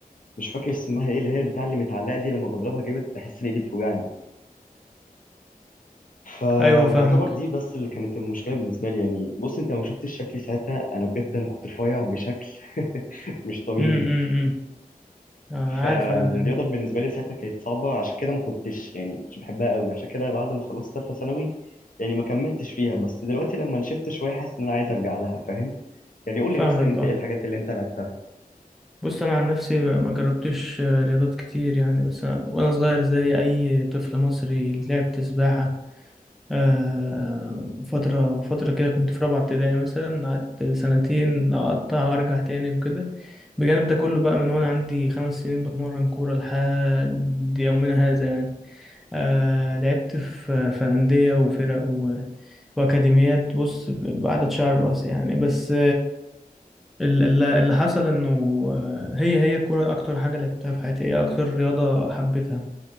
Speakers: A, on the left; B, in the centre.
A: مش فاكر اسمها ايه اللي هي بتاع اللي متعلقه دي لما بضربها جامد بحس ان ايدي بتوجعني فيعتبر
B: ايوه فاهمك
A: دي بس اللي كانت المشكله بالنسبه لي يعني بص انت ما شفتش شكلي ساعتها انا بجد انا كنت رفيع بشكل <laughs> مش طبيعي
B: امم امم آه،
A: فالرياضه
B: عارف انا الحاجة
A: بالنسبه لي ساعتها كانت صعبه عشان كده ما كنتش يعني ما كنتش بحبها قوي عشان كده بعد ما خلصت ثالثه ثانوي يعني ما كملتش فيها بس دلوقتي لما نشفت شويه حاسس ان انا عايز ارجع لها فاهم يعني قول
B: فاهمك
A: لي مثلا انت
B: اه
A: ايه الحاجات اللي انت لعبتها
B: بص انا عن نفسي ما جربتش رياضات كتير يعني بس أنا وانا صغير زي اي طفل مصري لعبت سباحة آه، فترة فترة كده كنت في رابعة ابتدائي مثلا قعدت سنتين اقطع وارجع تاني وكده بجانب ده كله بقى من وانا عندي خمس سنين بتمرن كورة لحد يومنا هذا يعني آه، لعبت في في أندية وفرق و- وأكاديميات بص بعدد شعر راسي يعني بس ال- ال- اللي حصل انه آه، هي هي الكوره اكتر حاجه لعبتها في حياتي هي اكتر رياضه حبيتها